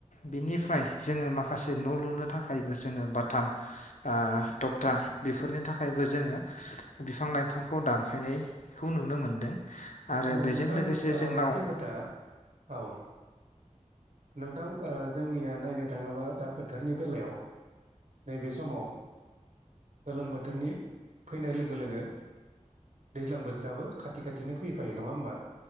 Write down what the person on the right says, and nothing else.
औ
औ
नोंथां
ओ
मोनसे खोथा औ। नोंथां ओ जोंनिया नायनो थांङोबा दा बोथोरनि बेलायाव नैबे समाव गोलोम बोथोरनि फैनाय लोगो लोगो दैज्लां बोथोराबो खाथि खाथिनो फैफायो नंङा होमबा।